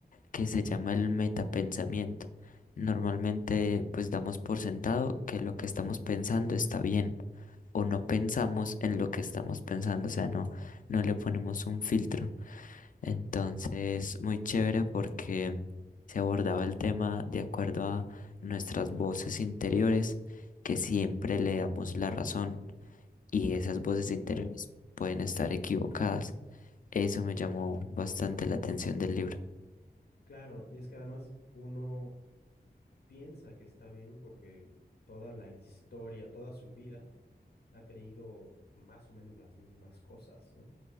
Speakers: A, on the left; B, on the left.
A: que se llama el metapensamiento. Normalmente pues damos por sentado que lo que estamos pensando está bien o no pensamos en lo que estamos pensando, o sea, no, no le ponemos un filtro. Entonces,
B: Mm.
A: muy chévere porque se abordaba el tema de acuerdo a nuestras voces interiores que siempre le damos la razón y esas voces interiores
B: Claro,
A: pueden estar equivocadas. Eso me llamó bastante la atención del libro.
B: claro, y es que además uno piensa que está bien porque toda la historia, toda su vida ha creído más o menos las mismas cosas, ¿no?